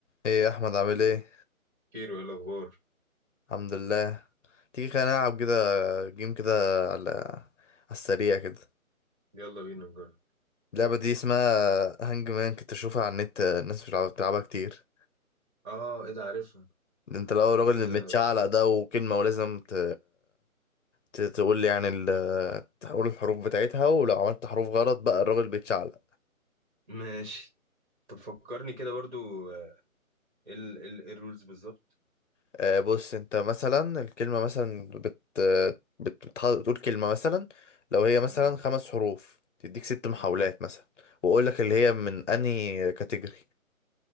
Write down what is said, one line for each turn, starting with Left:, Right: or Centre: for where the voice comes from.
Left: ايه يا احمد عامل ايه
Right: كيرو ايه الاخبار
Left: الحمد لله تيجي خلينا نلعب كده جيم كده على على السريع كده
Right: يلا بينا نجرب
Left: اللعبه دي اسمها هانج مان كنت اشوفها على النت الناس مش بتلعب- بتلعبها كتير
Right: اه ايه ده عارفها
Left: ده انت لو
Right: بس
Left: الراجل اللي
Right: آه،
Left: متشعلق ده وكلمه ولازم ت... ت... تقول لي يعني ال... تقول الحروف بتاعتها ولو عملت حروف غلط بقى الراجل بيتشعلق
Right: ماشي طب فكرني كده برضو آه، ايه ال- ايه ال- إيه الرولز بالظبط
Left: آه، بص انت مثلا الكلمة مثلا بت بت بتح- بتقول كلمة مثلا لو هي مثلا
Right: مم،
Left: خمس حروف تديك ست محاولات
Right: مم.
Left: مثلا واقول لك اللي هي من انهي كاتيجوري